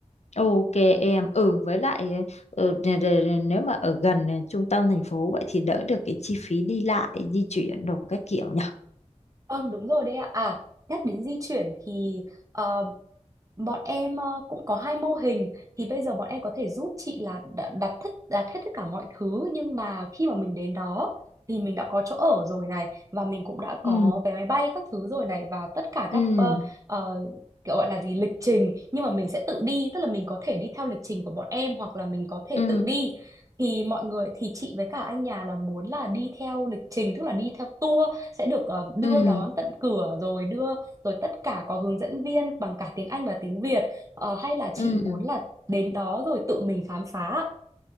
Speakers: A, on the left (about 65°); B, on the right (about 25°).
A: Ok em ừ với lại ừ, để- để- để- nếu mà ở gần ờ, trung tâm thành phố vậy thì đỡ được cái chi phí đi lại di chuyển đồ các kiểu nhỉ
B: Vâng đúng rồi đấy ạ. À, nhắc đến di chuyển thì ờ, Bọn em ờ, cũng có hai mô hình thì bây giờ bọn em có thể giúp chị là đã- đặt tất đặt hết tất cả mọi thứ nhưng mà khi mà mình đến đó thì mình đã có chỗ ở rồi này và mình cũng đã có
A: ừ
B: vé máy bay các thứ rồi này và tất cả các
A: ừ
B: ờ, ờ, kiểu gọi là gì lịch trình nhưng mà mình sẽ tự đi tức là mình có thể đi theo lịch trình của bọn em hoặc là mình có thể
A: ừ
B: tự đi thì mọi người thì chị với cả anh nhà là muốn là đi theo lịch trình tức là đi theo tour sẽ được ờ, đưa
A: ừ
B: đón tận cửa rồi đưa rồi tất cả có hướng dẫn viên bằng cả tiếng Anh và tiếng Việt Ờ, hay là chị
A: ừ
B: muốn là đến đó rồi tự mình khám phá ạ?